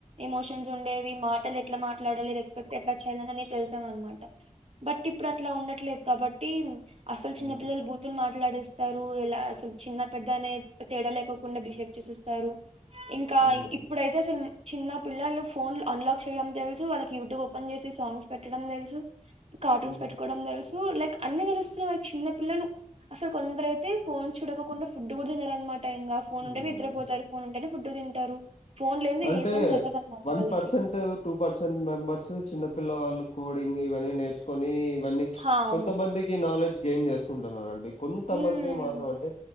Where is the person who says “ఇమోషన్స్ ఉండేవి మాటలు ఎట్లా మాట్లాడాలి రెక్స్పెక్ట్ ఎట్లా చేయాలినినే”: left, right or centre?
Right